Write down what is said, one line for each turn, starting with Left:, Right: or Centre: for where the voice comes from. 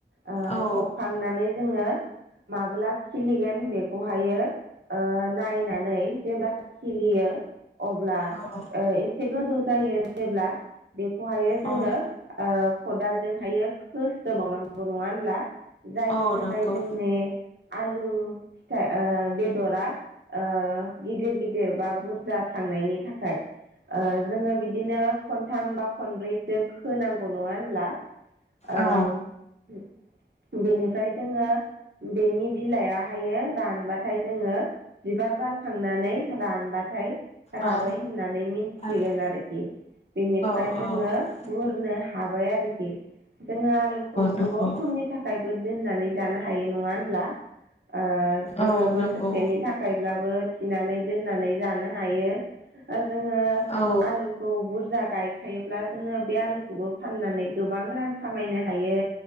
Right: ओ
Left: औ
Right: फबखांनानै जोङो माबोला खिलिगोन बेखौहायो ओ नायनानै जेब्ला खिलियो अब्ला
Left: औ
Right: एसे गोजौ जायो जेब्ला बेखौहायो जोङो
Left: औ
Right: ओ खदालजोंहायो खोस्रोबावनांगौ नङा होनब्ला जायनि
Left: औ
Right: थाखाय
Left: नंगौ
Right: जोंनि आलु फिथा ओ बेदरा ओ गिदिर गिदिर बा बुरजा थांनायनि थाखाय ओ जोङो बिदिनो खनथाम बा खनब्रैसो खोनांगौ नङा होनब्ला? ओम
Left: औ
Right: हो बेनिफ्राय जोङो बेनि बिलाइया हायो रानबाथाय जोङो बिबार बार खांनानै रानबाथाय राबाय
Left: औ
Right: होननानै मिन्थिगोन
Left: औ
Right: आरोखि बेनिफ्राय
Left: औ
Right: जोङो बुर नो हाबाय आरोखि जोङो आलुखौ
Left: नंगौ
Right: गोबाव समनि थाखाय बोद दोननानै जानो हायो नङा होनब्ला ओ जोङो
Left: औ
Right: बोसोरसेनि
Left: नंगौ
Right: थाखाय ब्लाबो थिनानै दोननानै जानो हायो। हो ओ जोङो
Left: औ
Right: आलुखौ बुरजा गायखायोब्ला जोङो बे आलुखौबो फाननानै गोबां रां खामायनो हायो